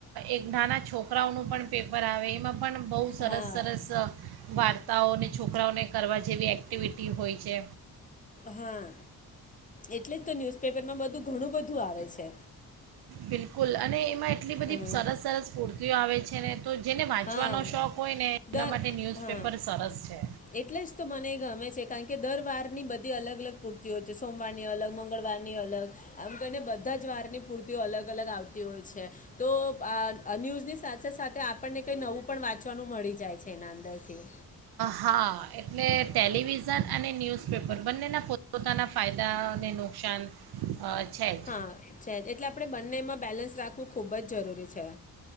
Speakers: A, on the right; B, on the left.
A: એક નાના છોકરાઓનું પણ પેપર આવે. એમાં પણ બહુ સરસ
B: હા
A: સરસ. વાર્તાઓને છોકરાઓને કરવા જેવી એક્ટિવિટી હોય છે.
B: હા, એટલે જ તો ન્યુઝપેપરમાં બધું ઘણું બધું આવે. છે
A: બિલકુલ અને એમાં એટલી બધી
B: હા
A: સરસ સરસૂતિ આવે છે ને તો જેને વાંચવાનો
B: હા
A: શોખ હોય ને એના
B: દર
A: માટે ન્યૂઝપેપર
B: હા
A: સરસ છે.
B: એટલે જ તો મને એ ગમે છે કારણ કે દર વારની બધી અલગ અલગ પૂર્તિઓ હોય છે સોમવારની અલગ મંગળવારની અલગ આમ કરીહીને બધા જ વારની પૂર્તિઓ અલગ અલગ આવતી હોય છે તો આ ન્યૂઝની સાથે સાથે આપ આપણને કંઈ નવું પણ વાંચવાનું મળી જાય છે એના અંદરથી
A: હા એટલે ટેલિવિઝન અને ન્યૂઝપેપર બંનેના પોતપોતાના ફાયદાને નુકસાન અ, છે જ
B: હા છે એટલે આપડે બંને એમાં બેલેન્સ રાખવું. ખૂબ જ જરૂરી છે.